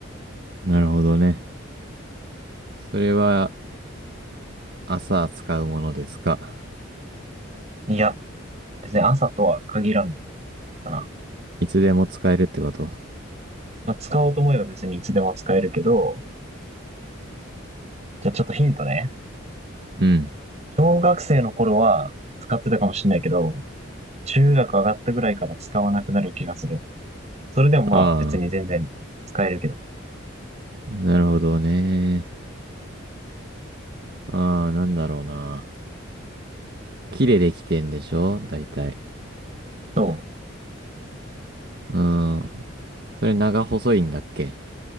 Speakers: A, on the right; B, on the right.
A: なるほどね。それは、朝使うものですか
B: いや、別に朝とは限らんかな。
A: いつでも使えるってこと
B: まあ、使おうと思えば別にいつでも使えるけど、じゃあちょっとヒントね。
A: うん。
B: 小学生の頃は使ってたかもしれないけど、中学上がったぐらいから使わなくなる気がする。それでもまあ別に全然使えるけど。
A: ああ、なるほどね。ああ、なんだろうな。木でできてんでしょ大体。
B: そう。
A: うん。それ長細いんだっけ